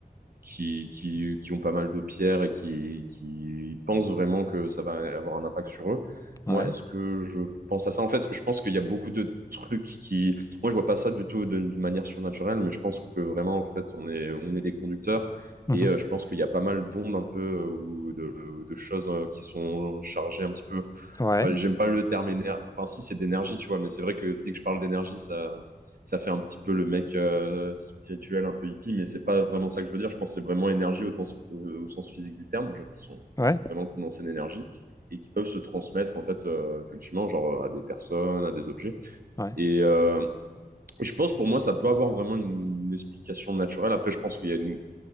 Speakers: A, on the right; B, on the left.
A: qui, qui, qui ont pas mal de pierres et qui, qui pensent vraiment que ça va avoir un impact sur eux. Moi,
B: Ouais.
A: est-ce que je pense à ça? En fait, je pense qu'il y a beaucoup de trucs qui. Moi, je vois pas ça du tout d'une d'une manière surnaturelle, mais je pense que vraiment, en fait, on est, on est des conducteurs
B: Mhm.
A: et euh, je pense qu'il y a pas mal d'ondes un peu euh, ou de, de choses euh, qui sont chargées un petit peu
B: Ouais,
A: ouais, j'aime pas le terme énergie. Enfin, si, c'est d'énergie, tu vois, mais c'est vrai que dès que je parle d'énergie, ça, ça fait un petit peu le mec euh, spirituel, un peu hippie, mais c'est pas vraiment ça que je veux dire. Je pense que c'est vraiment énergie au, temps- au- au sens physique du terme, genre qui sont
B: ouais,
A: vraiment condensés d'énergie et qui peuvent se transmettre en fait euh, effectivement genre euh, à des personnes, à des objets.
B: ouais,
A: Et euh, je pense pour moi ça peut avoir vraiment une, une explication naturelle. Après je pense qu'il y a une